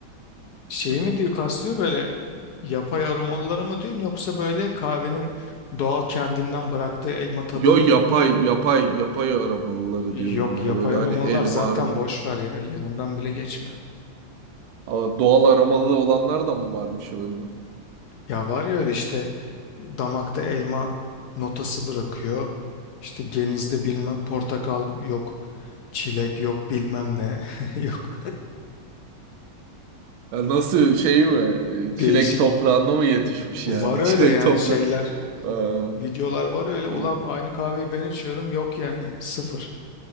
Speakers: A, on the left; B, on the right.
A: Şey
B: Hı.
A: mi diyor kastediyor böyle yapay aromalıları mı diyorsun yoksa böyle kahvenin doğal kendinden bıraktığı elma tadı
B: Yo
A: mı?
B: yapay yapay yapay aromalıları
A: Yok
B: diyorum ya
A: yapay
B: böyle
A: aromalılar
B: hani elma
A: zaten
B: aroma.
A: boş ver yani yanından bile geçme.
B: Aa, Doğal aromalı olanlar da mı varmış öyle?
A: Ya var ya öyle işte damakta elma notası bırakıyor. İşte genizde bilmem portakal yok, çilek yok bilmem ne <laughs> yok.
B: Ya nasıl şey mi?
A: Değişik.
B: Çilek toprağında mı yetişmiş
A: Var
B: yani?
A: öyle
B: <laughs> Çilek
A: yani
B: toprağı.
A: şeyler,
B: Aa,
A: videolar var öyle.
B: iyi.
A: Ulan aynı kahveyi ben içiyorum yok yani sıfır.